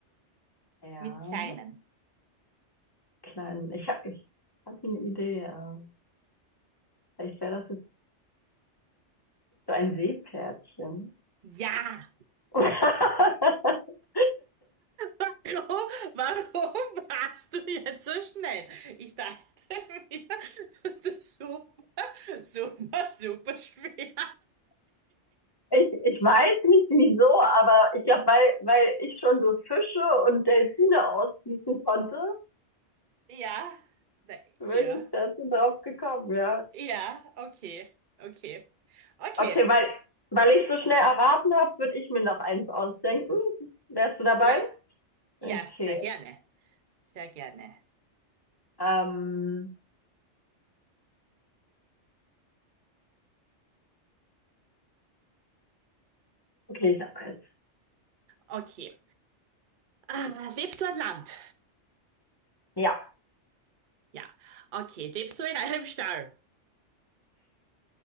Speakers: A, on the left; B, on the right.
A: Ja.
B: mit kleinen.
A: kleinen. Ich habe ich hab eine Idee. aber Vielleicht wäre das jetzt so ein Seepferdchen.
B: Ja!
A: <laughs>
B: <laughs> Hallo, warum warst du jetzt so schnell? Ich dachte mir, das ist super, super, super schwer.
A: Ich, ich weiß nicht wieso, aber ich glaube, weil, weil ich schon so Fische und Delfine ausschießen konnte,
B: Ja, da,
A: bin
B: ja,
A: ich dazu drauf gekommen, ja.
B: ja, okay, okay, okay,
A: Okay, weil, weil ich so schnell erraten habe, würde ich mir noch eins ausdenken. Wärst du dabei?
B: ja, ja,
A: Okay,
B: sehr gerne, sehr gerne.
A: ähm, okay, ich habe eins.
B: Okay. Ah, lebst du an Land?
A: Ja.
B: Ja. Okay. Lebst du in einem Stall?